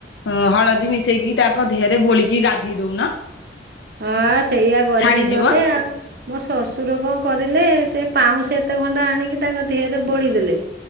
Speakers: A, on the left; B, on the right.
A: ହଁ ହଳଦୀ ମିଶେଇକି ତାଙ୍କ ଦେହରେ ବୋଳିକି ଗାଧେଇ ଦଉନ।
B: ହଁ ସେଇଆ କରିବି
A: ଛାଡିଯିବ
B: ନହେଲେ ଆଉ। ମୋ ଶାଶୁର କଣ କରିଲେ ସେ ପାଉଁଶ ଏତେ ହଣ୍ଡା। ଆଣିକି ତାଙ୍କ ଦେହରେ ବୋଳିଦେଲେ